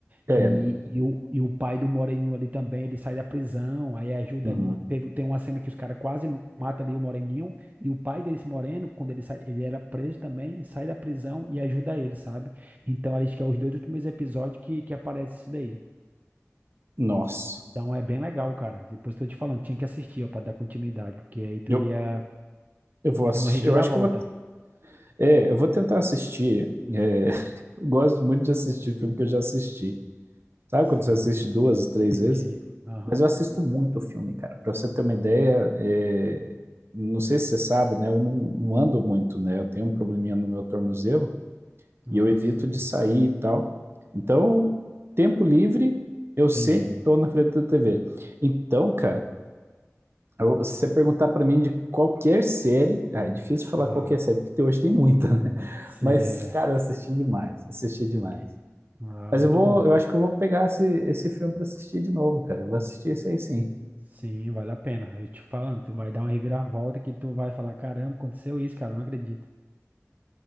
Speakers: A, on the right (about 50°); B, on the right (about 35°).
A: É,
B: E, e, o, e o pai do Moreninho ali também, ele sai da prisão, aí ajuda,
A: uhum.
B: o- teve, tem uma cena que os caras quase matam ali o Moreninho, e o pai desse Moreno, quando ele sai, ele era preso também, sai da prisão e ajuda ele, sabe? Então, acho que é os dois últimos episódios que, que aparece isso daí.
A: Nossa.
B: Então é bem legal, cara. Depois tô te falando, tinha que assistir, ó, pra dar continuidade, porque aí tu
A: Eu,
B: ia.
A: eu vou assistir.
B: É uma reviravolta.
A: Eu acho que eu vou. É, eu vou tentar assistir. é, <laughs> eu gosto muito de assistir filme que eu já assisti. Sabe
B: Sim,
A: quando você assiste duas, três
B: entendi.
A: vezes?
B: Aham.
A: Mas eu assisto muito filme, cara. Pra você ter uma ideia, é, não sei se você sabe, né? Eu não, não ando muito, né? Eu tenho um probleminha no meu tornozelo
B: Ah,
A: e eu evito
B: sim.
A: de sair e tal. Então, tempo livre, eu sempre
B: Entendi.
A: tô na frente da TV. Então, cara. Eu- Se você perguntar pra mim de qualquer série, ah, é difícil falar
B: Ah,
A: qualquer série, porque hoje tem muita, né?
B: <laughs> se
A: Mas,
B: é.
A: cara, eu assisti demais, assisti demais.
B: Tem. Ah,
A: Mas
B: muito
A: eu vou,
B: bom,
A: eu
B: cara.
A: acho que eu vou pegar esse, esse filme pra assistir de novo, cara. Eu vou assistir isso aí sim.
B: Sim, vale a pena. Eu te falando, tu vai dar uma reviravolta que tu vai falar, caramba, aconteceu isso, cara, não acredito.